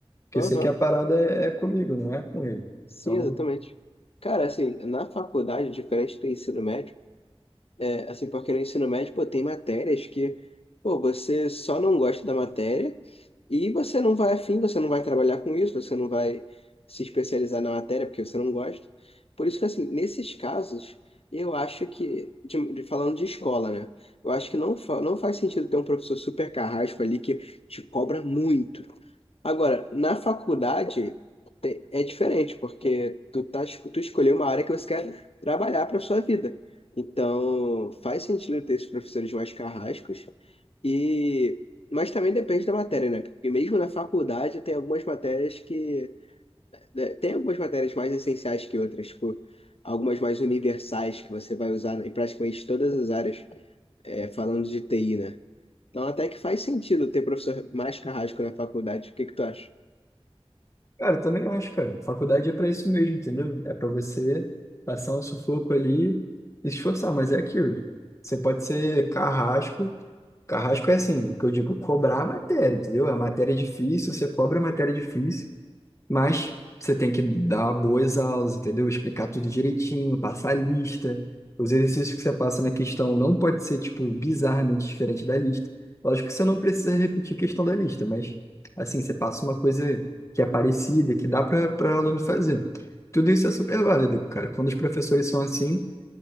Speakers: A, on the left (about 30°); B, on the left (about 70°).
A: Porque
B: Aham.
A: eu sei que a parada é, é comigo, não é com ele.
B: Sim,
A: Então,
B: exatamente. Cara, assim, na faculdade, diferente do ensino médio, É, assim, porque no ensino médio, pô, tem matérias que, pô, você só não gosta da matéria e você não vai afim, você não vai trabalhar com isso, você não vai se especializar na matéria porque você não gosta. Por isso que, assim, nesses casos, eu acho que, de, de- falando de escola, né? Eu acho que não, fa- não faz sentido ter um professor super carrasco ali que te cobra muito Agora, na faculdade te- é diferente, porque tu, tá, es- tu escolheu uma área que você quer trabalhar para sua vida. Então, faz sentido ter esses professores mais carrascos. E, mas também depende da matéria, né? Porque mesmo na faculdade tem algumas matérias que... né, Tem algumas matérias mais essenciais que outras, tipo, algumas mais universais que você vai usar em praticamente todas as áreas, é, falando de TI, né? Então, até que faz sentido ter professor mais carrasco na faculdade. O que que tu acha?
A: cara, também eu acho, cara, faculdade é pra isso mesmo, entendeu? É pra você passar um sufoco ali e se esforçar, mas é aquilo. Você pode ser carrasco, Carrasco é assim, que eu digo cobrar a matéria, entendeu? A matéria é difícil, você cobra a matéria é difícil, mas você tem que dar boas aulas, entendeu? Explicar tudo direitinho, passar a lista. Os exercícios que você passa na questão não pode ser, tipo, bizarramente diferente da lista. Lógico que você não precisa repetir a questão da lista, mas, assim, você passa uma coisa que é parecida, que dá para para o aluno fazer. Tudo isso é super válido, cara. Quando os professores são assim,